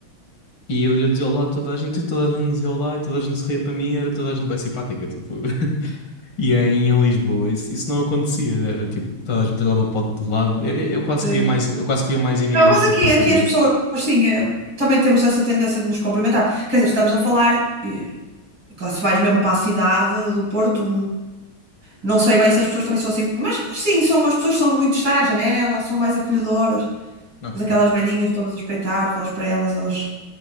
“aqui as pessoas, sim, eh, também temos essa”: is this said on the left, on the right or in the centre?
Right